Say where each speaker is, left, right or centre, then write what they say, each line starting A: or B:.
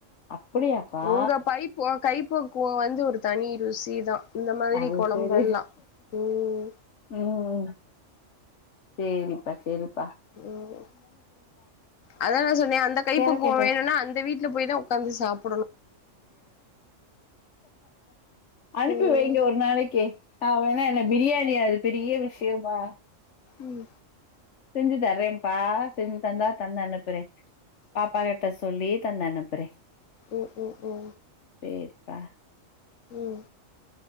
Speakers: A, on the left; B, on the left.
A: அப்படியாப்பா
B: உங்க பைப்பு கைப்பக்குவோ வந்து தனி ருசிதா இந்த மாரி
A: அது
B: கொழம்பெல்லா
A: சரி
B: உம்
A: ம் சேரிப்பா சேரிப்
B: உம் அதான் நா சொன்னே அந்த கைப்பக்குவோ
A: கேரக்கேட்டு
B: வேணுன்னா அந்த வீட்டுல போயிதான் உக் கஞ்சி சாப்
A: அனுப்பி
B: ம்
A: வைங்க ஒரு நாளைக்கி நா வேணா என்ன பிரியாணி அது பெரிய விஷயமா
B: உம்
A: செஞ்சு தர்றேன்பா செஞ்சு தந்தா தந்து அனுப்புறே பாப்பா கிட்ட சொல்லி தந்து அனுப் புறே
B: உ உ உ
A: சேரிப்பா
B: உம்